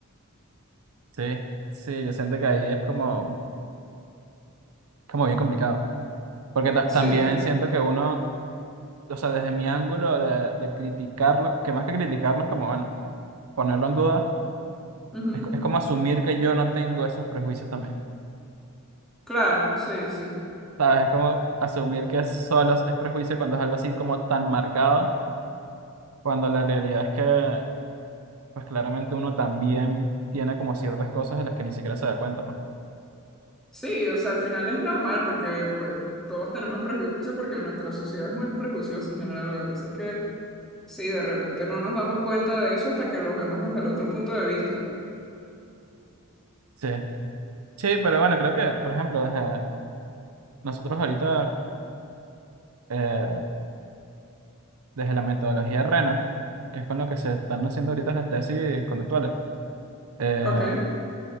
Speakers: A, on the right (about 70°); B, in the centre.
A: Sí, sí, yo siento que ahí es como, como bien complicado. Porque ta-
B: Sí.
A: también siento que uno, o sea, desde mi ángulo de, de criticarlo, que más que criticarlo es como, bueno, ponerlo en duda,
B: ujú,
A: es, co- es como asumir que yo no tengo esos prejuicios también.
B: Claro, sí, sí.
A: ¿Sabes? Es como asumir que solo es prejuicio cuando es algo así como tan marcado, cuando la realidad es que, pues claramente uno también tiene como ciertas cosas de las que ni siquiera se da cuenta, pues.
B: Sí, o sea, al final es normal porque pues todos tenemos prejuicios porque nuestra sociedad es muy prejuiciosa en general. Lo que pasa es que sí, de repente no nos damos cuenta de eso hasta que lo vemos desde el otro punto de vista.
A: Sí. Sí, pero bueno, creo que, por ejemplo, desde nosotros ahorita, eh, desde la metodología RENA, que es con lo que se están haciendo ahorita las tesis conductuales, eh,
B: Ok,